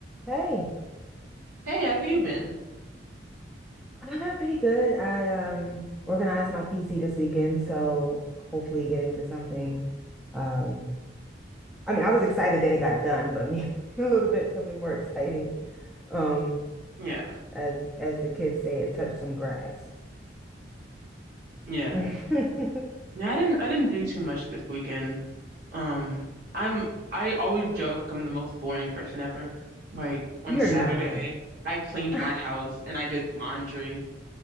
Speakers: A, in the centre; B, on the right.
A: Hey,
B: Hey, have you been?
A: I've been pretty good. I um organized my PC this weekend, so hopefully get into something. Um, I mean, I was excited that it got done, but maybe <laughs> a little bit something more exciting. Um,
B: Yeah,
A: as as the kids say, it touched some grass.
B: yeah.
A: <laughs>
B: Yeah, I didn't I didn't do too much this weekend. Um, I'm I always joke I'm the most boring person ever. Like on
A: You're
B: Saturday,
A: not.
B: I cleaned
A: <laughs>
B: my house and I did laundry,